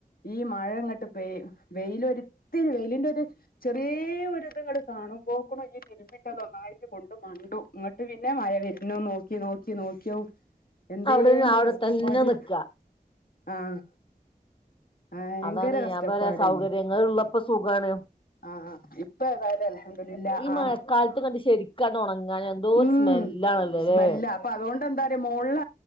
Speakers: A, on the left; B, on the left.
A: ഈ മഴ ഇങ്ങോട്ട് പ വെയില ഒത്തിരി വെയിലിന്റെ ഒരു ചെറിയ ഒരിത് കാണും പോക്കണ തിരുമ്പിട്ടത് ഒന്നായിറ്റ് കൊണ്ട് മണ്ടു. ഇങ്ങോട്ട് പിന്നെ മഴ വരുന്ന നോക്കി നോക്കി നോക്കിയോ എന്തേനി
B: അവിടെ അവിടെ
A: കഷ്ടപ്പാട്
B: തന്നെ നിക്കാ
A: ആഹ് ഭയങ്കര
B: അതാണ്
A: കഷ്ടപ്പാടേനി
B: ഞാൻ പറയാ സൗകര്യങ്ങ ഉള്ളപ്പോ സുഖമാണ്.
A: ആഹ് ഇപ്പൊ ഏതായാലും അല്ഹംന്തുലില്ല
B: ഈ
A: ആഹ്
B: മഴക്കാലത്ത് കണ്ട് ശരിക്കാണ്ട് ഉണങ്ങാൻ എന്തോ
A: ഉം
B: സ്മെല്ലാണല്ലോ
A: സ്മെല്ല
B: ല്ലേ
A: അപ്പൊ അതുകൊണ്ട് എന്തറിയ മോളില